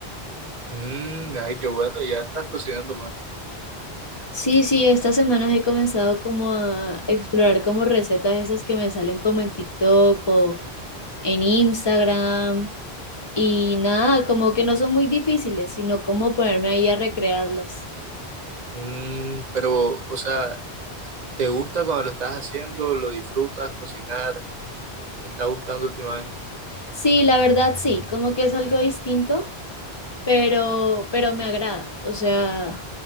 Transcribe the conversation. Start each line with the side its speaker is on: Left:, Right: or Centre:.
Right: Mm, ay, qué bueno, ya estás cocinando más.
Left: Sí, sí, estas semanas he comenzado como a explorar como recetas esas que me salen como en TikTok o en Instagram y nada, como que no son muy difíciles, sino como ponerme ahí a recrearlas.
Right: Mm, pero, o sea, ¿te gusta cuando lo estás haciendo? ¿Lo disfrutas cocinar? ¿Te está gustando últimamente?
Left: Sí, la verdad sí, como que es algo distinto, pero pero me agrada, o sea,